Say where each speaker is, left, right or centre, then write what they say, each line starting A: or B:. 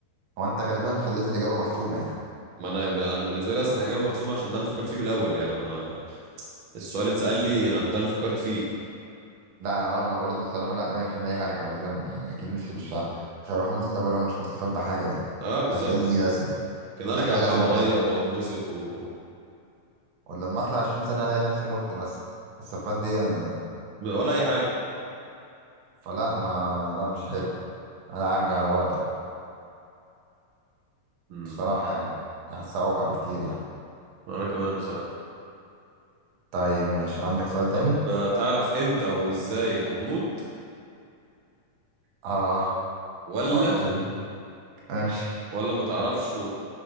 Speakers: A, on the right; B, on the right.
A: هو انت غالبا خليت الاجابه محسومه يعني
B: ما انا انا بالنسبه لي اصلا حاجه محسومه عشان ده اللي فكرت فيه من الاول يعني لما السؤال اتسال لي انا ده اللي فكرت فيه
A: لا اه انا برضه الصراحه لا 100% هرجع بالزمن يعني اكيد مش مش ه- مش هروح المستقبل وانا مش مستفاد بحاجه يعني
B: اه بالظبط
A: ملهاش اي لازمه
B: كده
A: ملهاش
B: ارجع
A: اي
B: بقى
A: لازمه
B: واغير
A: بجد
B: وانبسط و...
A: ولما اطلع 20 سنه الاقي نفسي مت مثلا استفاد دي يعني لا.
B: ولا اي حاجه
A: فلا ما لا مش حلو انا هرجع لورا طبعا
B: امم
A: الصراحه يعني حاسسها اوقع بكتير يعني
B: انا كمان الصراحه
A: طيب ماشي عندك سؤال تاني
B: بتعرف امتى وازاي هتموت
A: اه
B: ولا
A: وحشه دي ماشي
B: ولا ما تعرفش و...